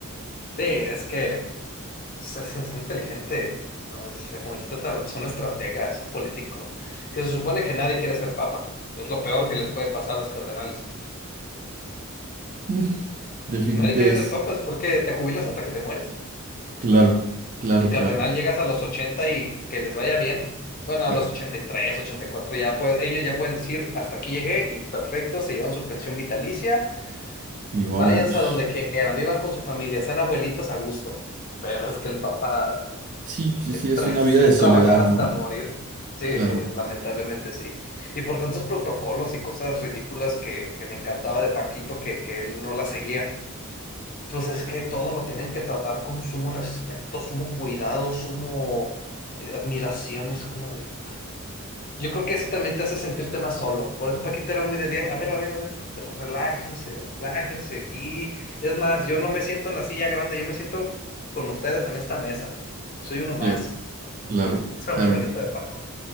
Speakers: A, on the left (about 40°); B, on the right (about 35°).
A: Sí, es que... Se, se- se inteligente, ¿no? O sea, como dijiste hace rato, son estrategas, son políticos, que se supone que nadie quiere ser papa. Es lo peor que les puede pasar a los cardenales.
B: Mm, definit-
A: Nadie quiere
B: es
A: ser papa, es porque te jubilas hasta que te mueres.
B: claro, claro,
A: En cardenal
B: claro,
A: llegas a los 80 y que les vaya bien. Bueno,
B: claro.
A: a los ochenta ochenta y tres ochenta y cuatro ya puede- ellos ya pueden decir, hasta aquí llegué y perfecto, se llevan su pensión vitalicia
B: Y vámonos.
A: Váyanse a donde quieran, vivan con su familia, sean abuelitos a gusto. Pero es que el papá
B: Sí,
A: es,
B: sí,
A: es
B: sí, es
A: tra-
B: una
A: <laughs>
B: vida
A: es
B: de soledad,
A: trabajar hasta
B: ¿no?
A: morir. Sí,
B: Claro,
A: sí, lamentablemente sí. Y por tantos protocolos y cosas ridículas que, que me encantaba de Paquito, que, que él no la seguía, pues es que todo lo tienen que tratar con sumo respeto, sumo cuidado, sumo eh, admiración. y es como de... Yo creo que eso también te hace sentirte más solo. Por eso Paquita era muy de bien. A ver, a ver, a ver, re- relájense, relájense aquí. Es más, yo no me siento en la silla grande, yo me siento con ustedes en esta mesa. Soy uno más.
B: claro, claro,
A: Esa
B: claro.
A: era muy bonita de Paco.